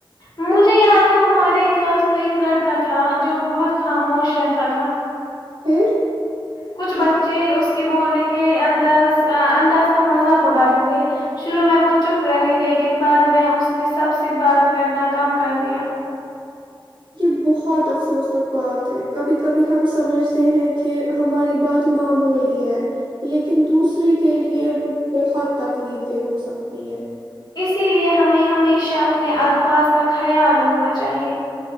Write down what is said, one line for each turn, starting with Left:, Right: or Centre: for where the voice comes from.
Left: مجھے یاد ہے ہمارے کلاس میں ایک لڑکا تھا جو بہت خاموش رہتا تھا
Right: پھر
Left: کچھ بچے اس کے بولنے کے انداز انداز کا مذاق ا ڈاتے تھے شروع میں وہ چپ رہے لیکن بعد میں اس نے سب سے بات کرنا کم کر دیا
Right: یہ بہت افسوسناک بات ہے کبھی کبھی ہم سمجھتے ہیں کہ ہماری بات معمولی ہے لیکن دوسرے کے لیے وہ بہت تکلیف دہ ہو سکتی ہے
Left: اسی لیے ہمیں ہمیشہ اپنے الفاظ کا خیال رکھنا چاہیے